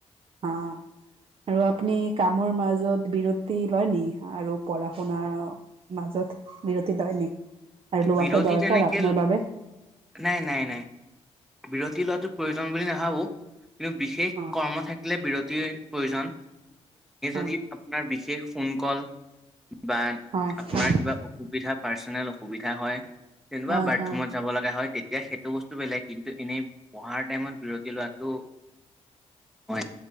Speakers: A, on the right (about 55°); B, in the centre.
A: অঁ। আৰু আপুনি কামৰ মাজত বিৰতি লয় নি, আৰু পঢ়া শুনা মাজত বিৰতি লয় নি আৰু লোৱাটো
B: বিৰতি
A: দৰকাৰ
B: তেনেকে
A: আপোনাৰ বাবে।
B: নাই নাই নাই, বিৰতি লোৱাটো প্ৰয়োজন বুলি নাভাবো। কিন্তু বিশেষ
A: অ
B: কৰ্ম থা কিলে বিৰতিৰ প্ৰয়োজন।
A: হয়
B: যদি আপোনাৰ বিশেষ ফোন কল বা
A: হয়
B: আপোনাৰ
A: হয়
B: কিবা অসুবিধা পাৰ্চনেল অসুবিধা হয়, যেনিবা
A: হয়
B: বাথৰুমত
A: হয়
B: যাব লগা হয়, তেতিয়া সেইটো বস্তু বেলেগ। কিন্তু এনেই পঢ়াৰ টাইমত বিৰতি লোৱাটো হয়